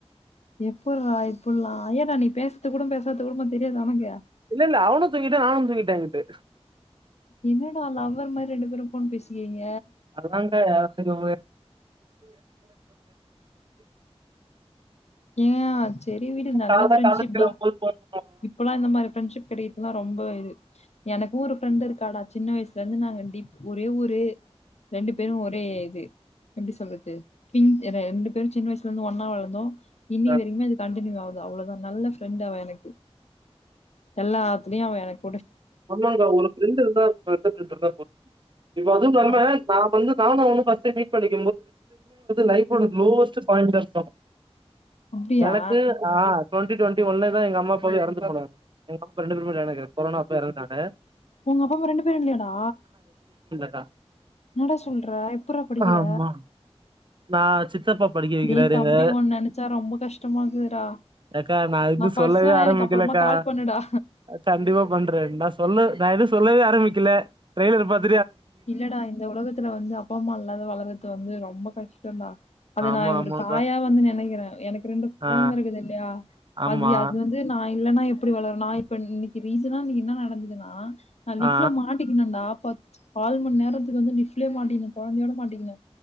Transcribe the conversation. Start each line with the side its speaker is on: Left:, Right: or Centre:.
Left: எப்புட்றா இப்புல்லா ஏன்டா நீ பேசது கூடோ பேசாது கூடுமா தெரியாது அவிங்கு
Right: இல்ல இல்ல அவனு தூங்கிட்டா நானும் தூங்கிட்டே இங்கிட்டு
Left: என்னடா லவ்வர் மாரி ரெண்டு பேரும் ஃபோன் பேசிகிரிங்க
Right: அதலா கெடையாது <unintelligible> <inaudible>
Left: ஏன் செரி விடு நல்ல
Right: கால்ல
Left: ஃப்ரெண்ட்ஷிப்
Right: காலேஜ் கெளம்பும்போது
Left: டா
Right: ஃபோன் பண்ணுவாங்க
Left: இப்பல்லா இந்த மாரி ஃப்ரெண்ட்ஷிப் கடி த்னா ரொம்ப இது எனக் ஒரு ஃப்ரெண்டு் இருக்காடா சின்ன வயசுல இருந்து நாங்க டிப் ஒரே ஊரு ரெண்டு பேரு ஒரே இது எப்டி சொல்றது பிங்க் இது ரெண்டு பேரும் சின்ன வயசுல இருந்து ஒன்னா வளந்தோ
Right: ஆ
Left: இன்னி வரைக்குமே அது கண்டினியூ ஆகுது அவ்ளோதா நல்ல ஃப்ரெண்ட் அவ எனக்கு எல்லாத்துலயும் அவ எனக்
Right: சொன்னாங்க உங்ளுக்கு ஃப்ரெண்டு இருந்தா, பெஸ்ட் ஃப்ரெண்டு இருந்தா போது இப்ப அதும் <unintelligible>
Left: ஆ
Right: வந்து நானு அவனு ஃபஸ்டே மீட் லைஃபோட குலோஸ்ட் பாயிண்ருப்பாங்க
Left: அப்டியா
Right: எனக்கு ஆஹ் டுவெண்டி டுவெண்டி ஒன்ல தான் எங்க அம்மாப்பா எறந்து போனாங்க அப்ப ரெண்டு பேருமே ஜாயினா கொரனா ப்பயிரதுடாங்க
Left: உங்க அப்பாமா ரெண்டு பேரும் இல்லையாடா
Right: தா
Left: என்னடா சொல்ற எப்புறா படிக்கிற
Right: ஆமா நா சித்தப்பா படிக்க வைக்கிறாரு
Left: டேய் தம்பி
Right: எங்க
Left: ஒன்ன நெனச்சா ரொம்ப கஷ்டமா இருக்குதுடா
Right: அக்கா நா எது
Left: பர்சனலா
Right: சொல்லவே ஆரம்பிக்கலக்கா
Left: எனக்கு அப்பறமா கால் பண்ணுடா
Right: கண்டிப்பா பண்றே நா சொல்லவே நா எது சொல்லவே ஆரம்பிக்கல டிரைலர் பாத்
Left: இல்லடா இந்த உலகத்துல வந்து அப்பாம்மா இல்லாது வளறது வந்து ரொம்ப கஷ்ட ஸ்டோன்டா அது
Right: ஆமா
Left: நா ஒரு
Right: ஆமாக்கா
Left: தாயா வந்து நெனைக்கிறே எனக்கு ரெண்டும் கொழந்த
Right: ஆ
Left: இருக்குது இல்லையா
Right: ஆமா
Left: அது அது வந்து நா நா இல்லன்னா எப்டி வளரும் நா இப்ப இன்னிக்கு ரீசனா இன்னிக்கு என்ன நடந்ததுன்னா நா லிஃப்ல
Right: ஆ
Left: மாட்டிக்கின்னொடா பத்து கால் மணி நேரத்துக்கு வந்து லிஃப்லயே மாட்டிங்னே கொழந்தையோட மாட்டிங்னே